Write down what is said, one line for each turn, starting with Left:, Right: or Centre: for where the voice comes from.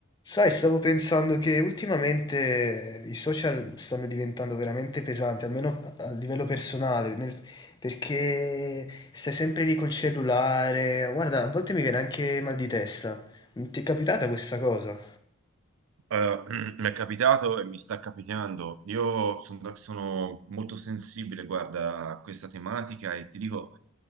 Left: Sai, stavo pensando che ultimamente i social stanno diventando veramente pesanti, almeno a a livello personale, nel- perché stai sempre lì col cellulare. Guarda, a volte mi viene anche mal di testa. Non ti è capitata questa cosa?
Right: Eh, <clears throat> mi è capitato e mi sta capitando. Io sono, sono molto sensibile, guarda, a questa tematica e ti dico,